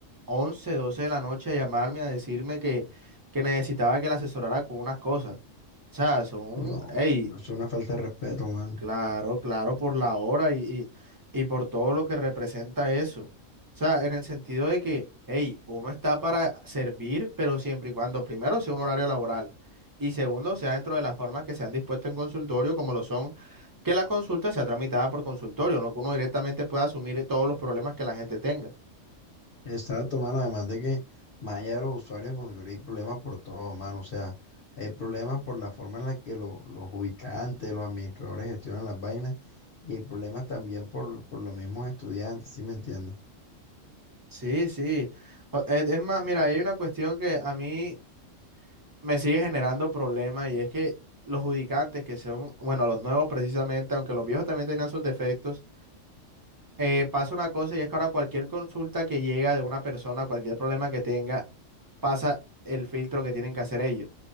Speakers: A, on the right; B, on the left.
A: 11 12 de la noche, a llamarme a decirme que, que necesitaba que la asesorara con unas cosas. O sea, son,
B: No,
A: hey,
B: no es una falta de respeto, mano.
A: Claro, claro, por la hora y, y, y por todo lo que representa eso. O sea, en el sentido de que, hey, uno está para servir, pero siempre y cuando, primero, sea un horario laboral y segundo, sea dentro de las formas que se han dispuesto en consultorio, como lo son, que la consulta sea tramitada por consultorio, no que uno directamente pueda asumir todos los problemas que la gente tenga.
B: Exacto, mano. Además de que más allá de los usuarios en Confluir hay problemas por todo, mano. O sea, hay problemas por la forma en la que lo- los ubicantes, los administradores gestionan las vainas y hay problemas también por, por los mismos estudiantes, ¿sí me entiendes?
A: Sí, sí. O- Es es más, mira, hay una cuestión que a mí me sigue generando problemas y es que los judicantes que son, bueno, los nuevos precisamente, aunque los viejos también tenían sus defectos, eh, pasa una cosa y es que ahora cualquier consulta que llega de una persona, cualquier problema que tenga, pasa el filtro que tienen que hacer ellos.